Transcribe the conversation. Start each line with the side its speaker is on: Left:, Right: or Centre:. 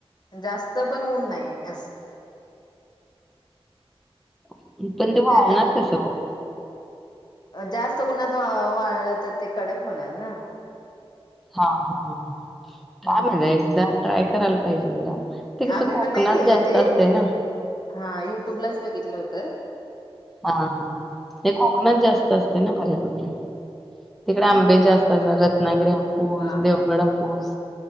Left: जास्त पण ऊन नाही असं
Centre: <unintelligible> पण ते
Left: नाहीतर
Centre: वाळणार कसं.
Left: जास्त उन्हात वाळ वाळलं तर ते कडक होणार ना
Centre: हा हा हा
Left: हम्म
Centre: <inaudible> एकदा ट्राय करायला पाहिजे जरा. ते कसं
Left: आम्ही
Centre: कोकणात
Left: पण नाही केल
Centre: जास्त
Left: ते
Centre: असतंय ना.
Left: हा युट्युबलाच बघितलं होतं.
Centre: हा हा हे कोकणात जास्त असते ना बऱ्यापैकी तिकडे आंबे जास्त असात रत्नागिरी. हापूस
Left: हा
Centre: देवगडहापूस
Left: हा